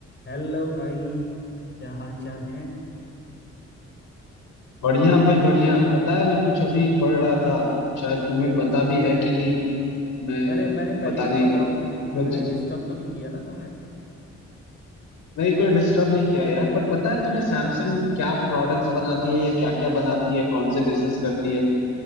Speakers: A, on the left; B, on the left.
A: हेलो भाई क्या हाल चाल है
B: बढ़िया भाई बढ़िया पता है मैं कुछ अभी पढ़ रहा था शायद तुम्हें पता भी है कि नहीं मैं
A: मैंने मैंने पहले
B: पता नहीं
A: ये बताओ मुझे कि
B: मैं
A: मैंने
B: ज...
A: डिस्टर्ब तो नहीं किया ना तुम्हें
B: नहीं कोई डिस्टर्ब नहीं किया यार पर पता है तुम्हें सैमसंग क्या प्रोडक्ट्स बनाती है या क्या क्या बनाती है कौन से बिजनेस करती है